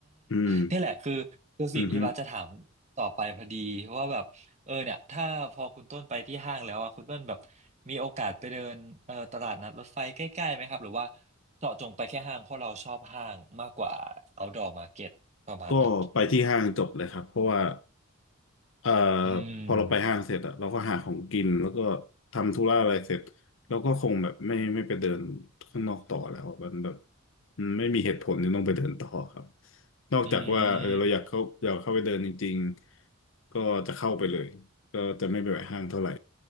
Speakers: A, on the left; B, on the right.
A: อืม
B: เนี่ยแหละคือคือสิ่งที่บัสจะถามต่อไปพอดีว่าแบบเออเนี่ยถ้าพอคุณต้นไปที่ห้างแล้วอ่ะคุณต้นแบบ
A: อือฮึ
B: มีโอกาสไปเดินเอ่อตลาดนัดรถไฟใกล้ๆไหมครับหรือว่าเจาะจงไปแค่ห้างเพราะเราชอบห้างมากกว่า outdoor market ประมาณนั้น
A: ก็ไปที่ห้างจบเลยครับเพราะว่า เอ่อ
B: อืม
A: พอเราไปห้างเสร็จอะเราก็หาของกินแล้วก็ทำธุระอะไรเสร็จเราก็คงแบบไม่ไม่ไปเดินข้างนอกต่อแล้วมันแบบมันไม่มีเหตุผลที่ต้องไปเดินต่อครับนอกจากว่าเออเราอยากเข้าอยากเข้าไปเดินจริงๆก็จะเข้าไปเลยก็จะไม่ไปแวะห้างเท่าไหร่
B: อืม